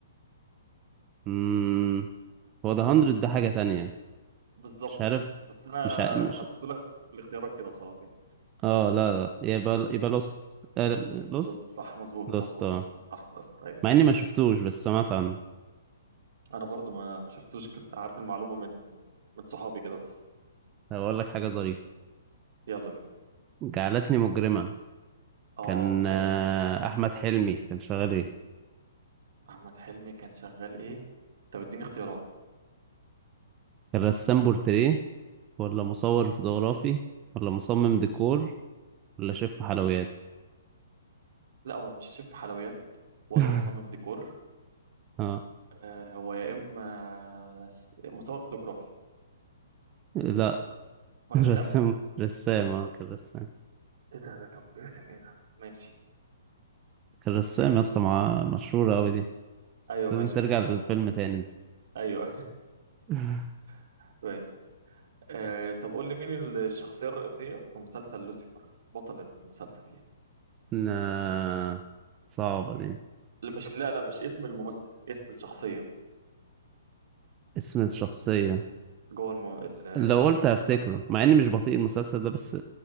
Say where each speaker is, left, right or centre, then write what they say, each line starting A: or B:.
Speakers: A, on the right; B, on the right.
A: امم هو ده 100 ده حاجه تانية
B: بالظبط
A: مش عارف
B: بس انا
A: مش ع... مش
B: حطيت لك في الاختيارات كده وخلاص يعني
A: اه لا لا يبقى يبقى لوست لوست
B: لوست صح مظبوط
A: لوست
B: مظبوط
A: اه
B: مظبوط صح لوست ايوه
A: مع اني
B: ايوه
A: ما شفتوش بس سمعت عنه
B: انا برضو ما ما شفتوش كنت عارف المعلومه من من صحابي كده بس
A: هقول لك حاجه ظريفه
B: يلا بينا
A: جعلتني مجرما
B: اه
A: كان
B: حلو
A: آه، احمد حلمي كان شغال ايه
B: احمد حلمي كان شغال ايه طب اديني اختيارات
A: كان رسام بورتريه ولا مصور فوتوغرافي ولا مصمم ديكور ولا شيف حلويات
B: لا هو مش شيف حلويات ولا
A: <laughs>
B: مصمم ديكور
A: اه
B: آه هو يا اما س- مصور فوتوغرافي
A: لا
B: ورسام
A: رسام رسام اه كان رسام
B: ايه ده ده كان باسم ايه ده ماشي
A: كان رسام
B: اوكي
A: يا اسطى مع مشهورة أوي دي
B: ايوه
A: لازم
B: ماشي
A: ترجع
B: ماشي خلاص
A: للفيلم
B: ماشي
A: تاني انت
B: ايوه
A: <laughs>
B: <laughs> كويس آه طب قول لي مين الشخصيه الرئيسيه في مسلسل لوسيفر بطل المسلسل يعني
A: لا صعبة دي
B: لا مش لا لا مش اسم الممثل اسم الشخصيه
A: اسم الشخصية
B: جوه الم... ال-
A: لو قلت
B: المسلسل
A: هفتكره مع اني مش بطيء المسلسل ده بس